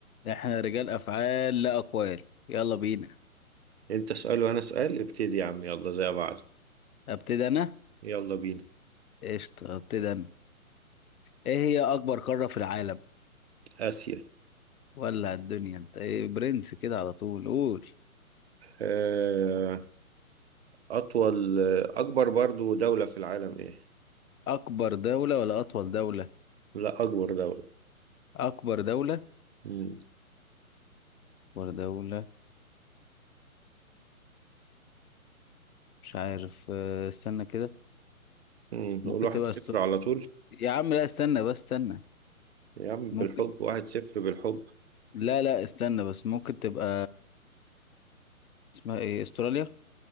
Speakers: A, on the left; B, on the right.
A: احنا رجال افعال لا اقوال يلا بينا
B: انت اسأل وانا اسأل ابتدي يا عم يلا زي بعض
A: ابتدي انا
B: يلا بينا
A: قشطه ابتدي انا ايه هي اكبر قاره في العالم
B: اسيا
A: ولا الدنيا انت ايه برنس كده على طول قول
B: آه اطول اكبر برضو دولة في العالم ايه؟
A: اكبر دوله ولا اطول دوله
B: لا اكبر دولة
A: اكبر دوله
B: مم.
A: ولا دوله مش عارف اه، استنى كده
B: مم. نقول
A: ممكن
B: واحد
A: تبقى
B: صفر
A: است...
B: على طول
A: يا عم لا استنى بس استنى
B: يا عم بالحب
A: ممكن
B: واحد صفر بالحب
A: لا لا استنى بس ممكن تبقى اسمها ايه استراليا